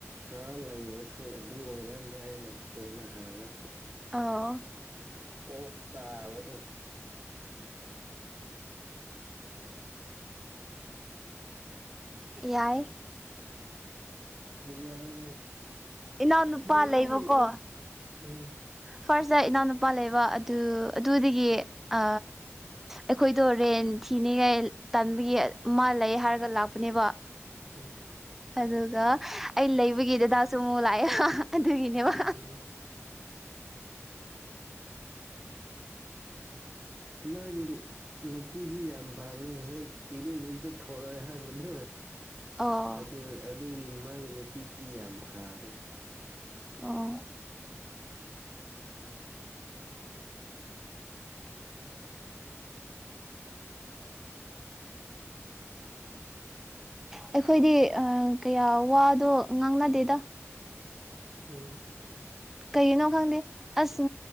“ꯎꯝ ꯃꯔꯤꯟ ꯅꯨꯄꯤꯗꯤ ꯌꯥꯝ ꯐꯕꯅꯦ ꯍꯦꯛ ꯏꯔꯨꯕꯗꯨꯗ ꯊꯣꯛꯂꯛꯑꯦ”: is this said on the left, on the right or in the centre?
Right